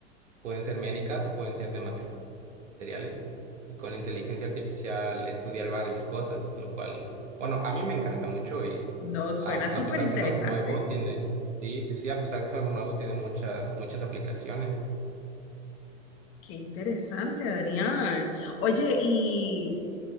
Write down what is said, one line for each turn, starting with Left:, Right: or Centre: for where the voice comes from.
Right: pueden ser médicas o pueden ser de materiales y con inteligencia artificial estudiar varias cosas, lo cual, bueno, a mí me encanta mucho y
Left: no, suena
Right: am,
Left: súper
Right: a pesar
Left: interesante.
Right: que es algo nuevo, tiene, sí, sí, sí, a pesar que es algo nuevo, tiene muchas, muchas aplicaciones.
Left: Qué interesante, Adrián. Oye, y,